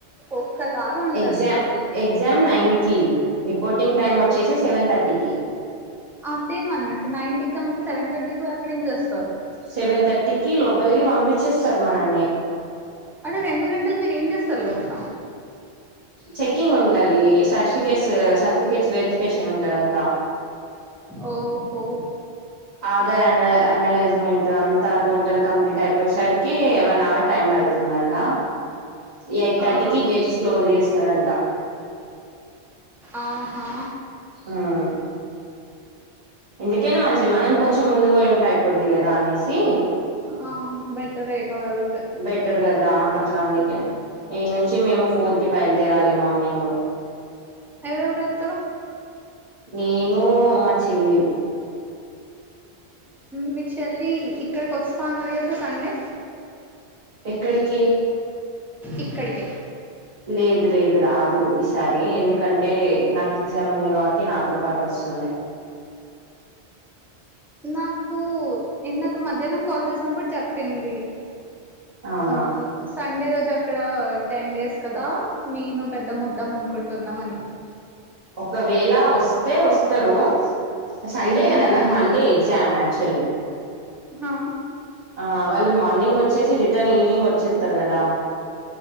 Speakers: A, in the centre; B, on the right.
A: ఒక్కలాగా ఉంటది
B: ఎగ్జామ్ ఎగ్జామ్ నైన్ కి రిపోర్టింగ్ టైమ్ వచ్చేసి సెవెన్ థర్టీకి
A: అదేమ అన్నట్టు నైన్త్ ఎగ్జామ్ ఉంటే సెవెన్ థర్టీ కు అక్కడేం చేస్తారు
B: సెవెన్ థర్టీకి లోపలికి పంపించేస్తారు మనల్ని
A: అంటే రెండు గంటలు మీరు ఏం చేస్తారు లోపట
B: చెకింగ్ ఉంటది సర్టిఫికేట్స్ సర్టిఫికేట్స్ వెరిఫికేషన్ ఉంటది అంటా
A: ఓహో
B: ఆధార్ ఆన్ అనలైజ్మెంట్ అంతా టోటల్ కంప్లీట్ అయిపోయేసరికి వన్ అవర్ టైం పడుతుందంట ఎయిట్ థర్టీకి
A: ఆహా
B: గేట్స్ క్లోజ్ చేస్తారంట
A: ఆహా
B: ఉమ్ ఎందుకైనా మంచిది మనం కొంచెం ముందు పోయి ఉంటే అయ్యిపోది కదా అనేసి
A: అవును బెటరే ఇగ వెళ్తే
B: బెటర్ కదా అట్లా అందుకనే ఈ నుంచి మేము ఫోర్ కి బయలుదేరాలి మార్నింగ్
A: ఎవరెవరు వెళ్తారు
B: నేను మా చెల్లి
A: మీ చెల్లి ఇక్కడికి వస్తాన్నది కదా సండే
B: ఎక్కడికి
A: ఇక్కడికే
B: లేదు లేదు రాదు ఈసారి ఎందుకంటే నాకు ఎగ్జామ్ ఉంది కాబట్టి టి నాతో పాటు వస్తుంది
A: నాకు ఇందాక మధ్యాహ్నం కాల్ చేసినప్పుడు చెప్పింది
B: అవునా
A: ఆ సండే రోజు అక్కడ టెన్ డేస్ కదా నేను పెద్దమ్మ వద్దాం అనుకుంటున్నాం అన్ని
B: ఒకవేళ వస్తే వస్తారు సండే
A: మ్మ్
B: కదా నాకు మండే ఎగ జామ్ ఆక్చువలీ
A: హ
B: ఆ వాళ్ళు మార్నింగ్ వచ్చేసి రిటర్న్ ఈవనింగ్ వచ్చేస్తారు కదా